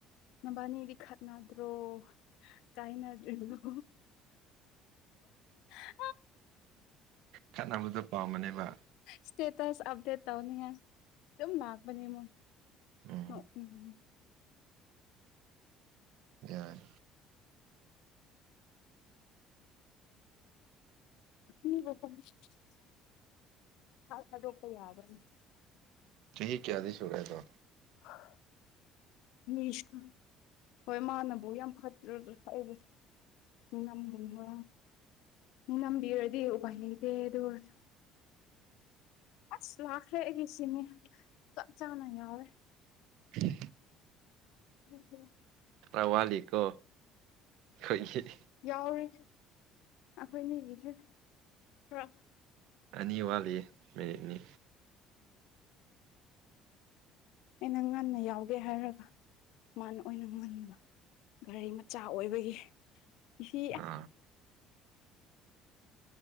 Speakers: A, on the left; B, on the right.
A: ꯅꯕꯥꯅꯤꯗꯤ ꯈꯠꯅꯗ꯭ꯔꯣ ꯀꯥꯏꯅ ꯑꯗꯨꯣ ꯍ
B: ꯈꯠꯅꯕꯗꯣ ꯄꯥꯝꯝꯕꯅꯦꯕ
A: ꯁꯇꯦꯇꯁ ꯑꯗꯦꯠ ꯇꯧꯅꯤ ꯍꯥꯏ ꯑꯗꯨꯝ ꯂꯅꯥꯥꯛꯕꯅꯤ ꯃꯣꯏ
B: ꯎ
A: ꯍ ꯎꯝ
B: ꯌꯥꯏ꯫
A: <inaudible> ꯏꯝꯐꯥꯜ ꯀꯗꯣꯄ ꯌꯥꯕꯅꯤ꯫
B: ꯆꯍꯤ ꯀꯌꯥꯗꯤꯁꯨꯨꯔꯦ ꯑꯗꯣ꯫
A: <unintelligible> ꯃꯤꯁꯨ ꯍꯣꯏ ꯃꯥꯅꯕꯨ ꯌꯥꯝ ꯐꯠꯇ꯭ꯔ ꯍꯥꯏꯗꯤ꯫ ꯅꯪꯉꯨꯝꯕ꯫ ꯅꯝꯕꯤꯔꯗꯤ ꯎꯄꯥꯏ ꯂꯩꯇꯦ ꯑꯗꯨ ꯑꯣꯏꯔꯁꯨ꯫ ꯑꯁ ꯂꯥꯛꯈ꯭ꯔꯦ ꯑꯩꯒꯤ ꯁꯤꯅꯦ ꯆꯞ ꯆꯥꯅ ꯌꯥꯎꯔꯦ꯫
B: ꯎ
A: ꯆꯅ
B: ꯔꯋꯥꯂꯤꯀꯣ ꯑꯩꯣꯏ
A: ꯌꯥꯎꯔꯤ ꯑꯩꯈꯣꯏꯅꯤꯒꯤꯁꯨꯔ
B: ꯑꯅꯤ ꯋꯥꯠꯂꯤ ꯃꯤꯅꯤꯠꯅꯤ
A: ꯑꯩꯅ ꯉꯟꯅ ꯌꯥꯎꯒ ꯀꯀꯦ ꯍꯥꯏꯔꯒ ꯃꯥꯅ ꯑꯣꯏꯅ ꯉꯜꯂꯗ ꯒꯥꯔꯤ ꯃꯆꯥ ꯑꯣꯏꯕꯒꯤ ꯁꯤꯁꯤ
B: ꯑꯥ